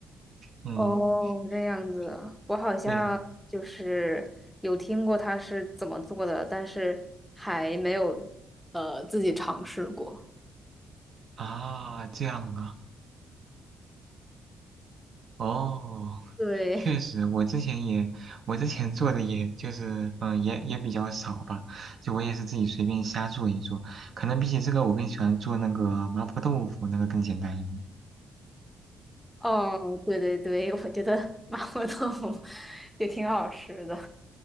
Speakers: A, on the right; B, in the centre.
A: 嗯。
B: 哦，这样子，我好像就是有听过它是怎么做的，
A: 对呀、
B: 但是还没有呃，自己尝试过。
A: 啊，这样啊，哦，
B: 对。
A: 确实，
B: <laughs>
A: 我之前也，我之前做的也就是，嗯、也也比较少吧，就我也是自己随便瞎做一做，可能比起这个，我更喜欢做那个麻婆豆腐，那个更简单一点。
B: 哦，对对对，我觉得麻婆豆腐 <laughs> 也挺好吃的